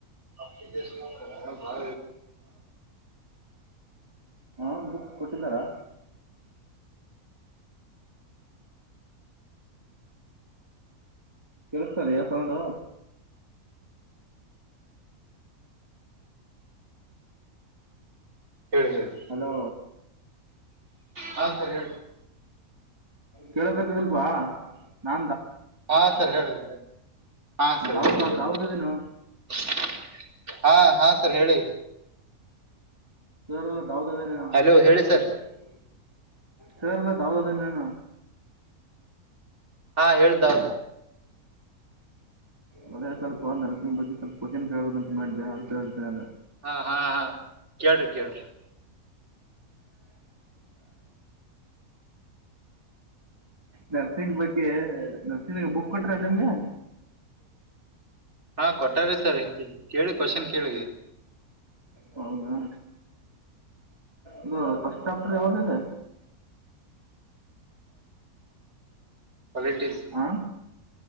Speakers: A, on the right; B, on the right.
A: ಹಾ
B: ಹ ಬುಕ್ಸ್ ಕೊಟ್ಟಿದ್ದಾರಾ ಕೇಳ್ಸ್ ತದ್ಯ ಸೌಂಡು
A: ಹೇಳ್ ಹೇಳು
B: ಹಲೋ
A: ಹಾ ಸರಿ ಹೇಳಿ
B: ಕೇಳೋಕತದಲ್ಕ್ವಾ ನಾ
A: ಹಾ ಸರ್ ಹೇಳು ಹಾ ಸರ್
B: ದಾವೂದ್
A: ಹೇಳಿ
B: ದಾವೂದ್ ಅದೀನಿ
A: ಸ ಹಾ ಹಾ ಸರ್ ಹೇಳಿ
B: ಸರ್ ದಾವದ ಗ ಅದನಿ
A: ಹಲೋ ಹೇಳಿ ಸರ್
B: ಸರ್ ಸೌದ ದಿನ
A: ಹಾ ಹೇಳ್ದಾವ
B: ಮನೆ ಸಣ್ಣದು ನರಸಿಂಗ ಬಗ್ಗೆ ಸ್ವಲ್ಪ ಕ್ವನ್ ಕೇಳಂತ ಮಾಡಿದೆ ಆನ್ಸರ್ ಹೇಳ್ತ ಅಲ್ಲ
A: ಹಾ ಹಾ ಹಾ ಕೇಳ್ರಿ ಕೇಳ್ರಿ
B: ನರ್ಸಿಂಗ್ ಬಗ್ಗೆ ನರ್ಸಿಂಗ ಬುಕ್ ಕೊಟ್ರ ನಿಮ್ಗೆ
A: ಹಾ ಕೊಟ್ಟಾರ ಸರ್ ಕೇಳಿ ಕ್ವಶನ್ ಕೇಳಿ
B: ಹೌದಾ ಇ ಫಸ್ಟ್ ಚಾಪ್ಟರ್ ಯಾವ್ದ ಇದೆ
A: ಕ್ವಾಲಿಟೀಸ್
B: ಹಾ